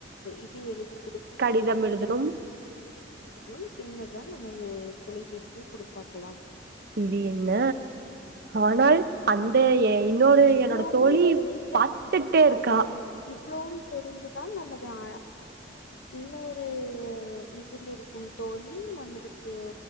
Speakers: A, on the left (about 70°); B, on the right (about 55°).
A: இது எழுதி கு
B: கடிதம் எழுதணும்
A: னு பின்னர் தா நமது தொலைபேசியை குடுப்பார்கலா
B: இது என்ன ஆனால் அந்த எ இன்னொரு
A: இவ்ளவோவு
B: என்னோட தோழி
A: தெறிந்த
B: பாத்துட்டே
A: ம்ஹூ
B: இருக்கா
A: அதேதா இவ் இவ்ளோவு தெரிந்துதா நமது அ இன்னொரு இதில் இருக்கு தோழி நமளுக்கு